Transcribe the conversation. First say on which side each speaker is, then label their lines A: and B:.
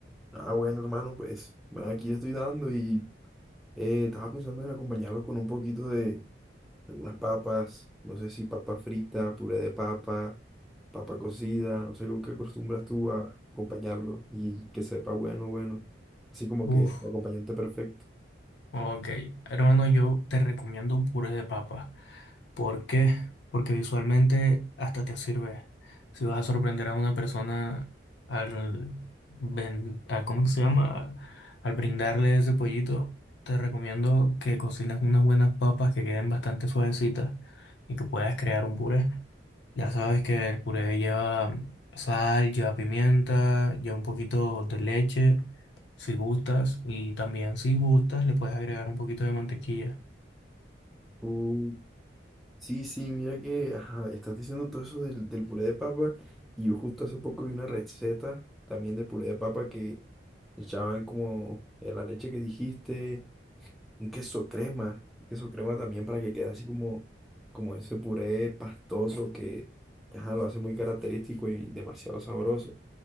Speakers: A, in the centre; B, on the left.
A: Ah, bueno, hermano, pues bueno, aquí estoy dando y eh, estaba pensando en acompañarlo con un poquito de algunas papas, no sé si papa frita, puré de papa, papa cocida, no sé con qué acostumbras tú a acompañarlo y que sepa bueno, bueno. Así como
B: Uf.
A: que el acompañante perfecto.
B: Ok, hermano, yo te recomiendo un puré de papa. ¿Por qué? Porque visualmente hasta te sirve. Si vas a sorprender a una persona al, ben- al- ¿cómo que se llama? Al brindarle ese pollito, te recomiendo que cocines unas buenas papas que queden bastante suavecitas y que puedas crear un puré. Ya sabes que el puré lleva sal, lleva pimienta, lleva un poquito de leche. Si gustas, y también si gustas, le puedes agregar un poquito de mantequilla.
A: Sí. Sí, sí, mira que ajá, estás diciendo todo eso del, del puré de papa y yo justo hace poco vi una receta también de puré de papa que echaban como eh, la leche que dijiste, un queso crema, un queso crema también para que quede así como, como ese puré pastoso que ajá, lo hace muy característico y demasiado sabroso.